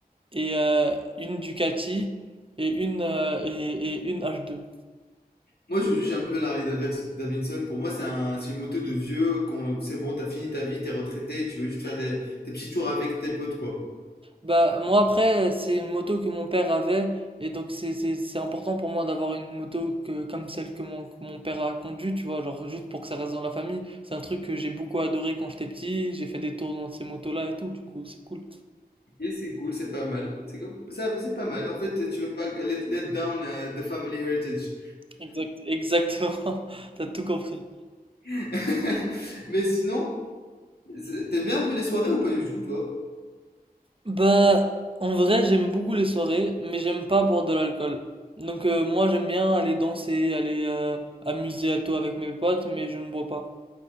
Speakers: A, on the right; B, on the left.
A: et euh, une Ducati et une, euh, et, et une h deux
B: Moi, je juge un peu l'Harley Davers- Davidson. Pour moi, c'est un, c'est une moto de vieux. Quand c'est bon, t'as fini ta vie, t'es retraité, et tu veux juste faire des, des petits tours avec tes potes, quoi.
A: Bah, moi après, c'est une moto que mon père avait, et donc c'est c'est- c'est important pour moi d'avoir une moto que, comme celle que mon, que mon père a conduite, tu vois, genre juste pour que ça reste dans la famille. C'est un truc que j'ai beaucoup adoré quand j'étais petit, j'ai fait des tours dans ces motos-là et tout, du coup c'est cool.
B: Et c'est cool, c'est pas mal. C'est comme- ça, c'est pas mal. En fait, tu veux pas let, let down euh, the family heritage.
A: Exact, exactement, <laughs> t'as tout compris.
B: <laughs> Mais sinon, c'est- t'aimes bien un peu les soirées ou pas du tout, toi?
A: Bah, en vrai, j'aime beaucoup les soirées, mais j'aime pas boire de l'alcool. Donc euh, moi j'aime bien aller danser, aller euh, amuser à tout avec mes potes, mais je ne bois pas.